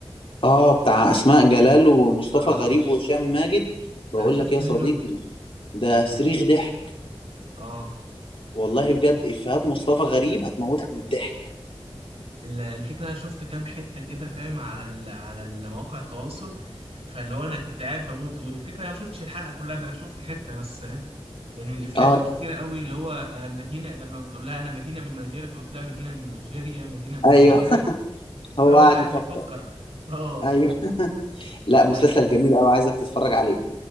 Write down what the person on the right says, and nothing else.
اه
انا شفت
منه
قول
اه
ال- الفكرة أنا شفت كام حتة كده فاهم على ال... على ال- مواقع التواصل فاللي هو أنا كنت قاعد بموت والفكرة أنا ما شفتش الحلقة كلها ده أنا شفت حتة بس فاهم يعني من الإفيهات
الكتيرة
قوي اللي هو آه، مدينة لما بتقول لها أنا مدينة من نيجيريا فبتقول لها مدينة من نيجيريا مدينة من
نيجيريا
فاهم هو
قاعد
بيفكر أه
أه